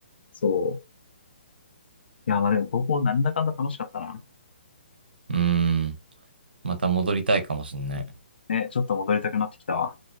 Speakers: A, on the left; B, on the right.
A: そう。いや、まあでも高校なんだかんだ楽しかったな。
B: うーん。また戻りたいかもしんない。
A: ね、ちょっと戻りたくなってきたわ。